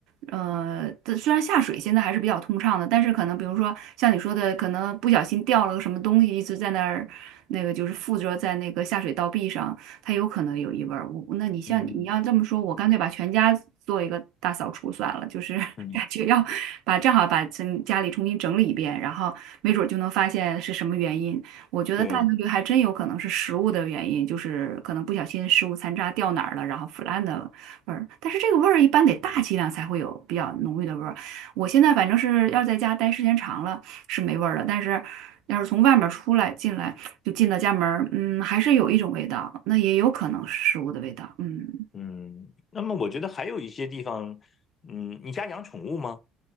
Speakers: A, on the right; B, on the left.
A: 呃，这虽然下水现在还是比较通畅的，但是可能比如说像你说的，可能不小心掉了个什么东西，一直在那儿，那个就是附着在那个下水道壁上，它有可能有异味儿。我那你像你要这么说，
B: 嗯
A: 我干脆把全家做一个大扫除算了，就是 <laughs>
B: 嗯，
A: 感觉要把正好把整家里重新整理一遍，然后没准儿就能发现是什么原因。我觉得大概率还真有可能是食物的原因，
B: 对，
A: 就是可能不小心食物残渣掉哪儿了，然后腐烂的味儿。但是这个味儿一般得大剂量才会有比较浓郁的味儿。我现在反正是要在家待时间长了是没味儿了，但是要是从外面出来进来。就进到家门儿嗯，还是有一种味道，那也有可能是食物的味道，嗯
B: 嗯。那么我觉得还有一些地方，嗯，你家养宠物吗？